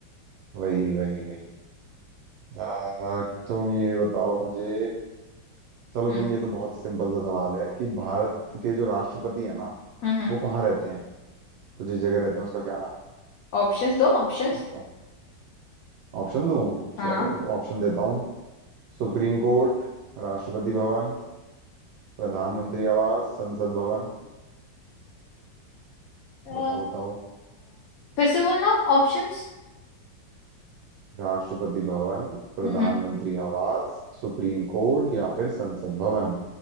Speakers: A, on the right; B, on the left.
A: वही वही वही आ, तुम ये बताओ मुझे चलो
B: हम्म
A: तुम ये तो बहुत सिंपल सा सवाल है कि भारत के जो राष्ट्रपति है ना
B: हम्म हम्म।
A: वो कहाँ रहते हैं वो जिस जगह रहते हैं उसका क्या नाम है
B: ऑप्शंस दो ऑप्शंस
A: बताओ ऑप्शन दूं
B: हाँ।
A: चलो ऑप्शन देता हूँ सुप्रीम कोर्ट राष्ट्रपति भवन प्रधानमंत्री आवास संसद भवन
B: अ,
A: बताओ बताओ
B: फिर से बोलना ऑप्शंस
A: राष्ट्रपति भवन प्रधानमंत्री
B: हम्म
A: आवास सुप्रीम
B: हम्म।
A: कोर्ट या फिर संसद भवन